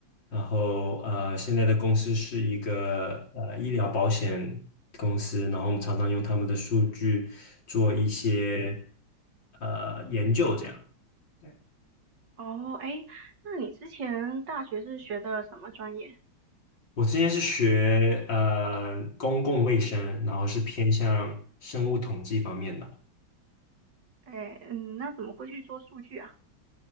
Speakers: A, on the left; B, on the right.
A: 然后呃，现在的公司是一个呃医疗保险公司，然后我们常常用他们的数据做一些呃研究，这样。对。
B: 哦，哎，那你之前大学是学的什么专业？
A: 我之前是学呃公共卫生，然后是偏向生物统计方面的。
B: 哎，嗯，那怎么会去做数据啊？